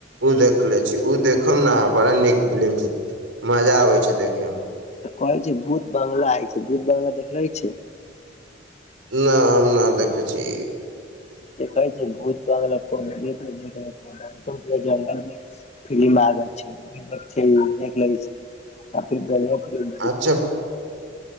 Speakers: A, on the right; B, on the left.
A: ओ देखले छी ओ देखब ने अहाँ बड़ा नीक फिलिम छै मजा आबे छै देखे मे
B: तऽ कहैत छै भूत बंगला हइ छै भूत बंगला देखले छै
A: ना हम ना देखै छी
B: देखा छै <unintelligible> <unintelligible> फिलम आबै छै देखैय छै देख लै छै <unintelligible>
A: अच्छा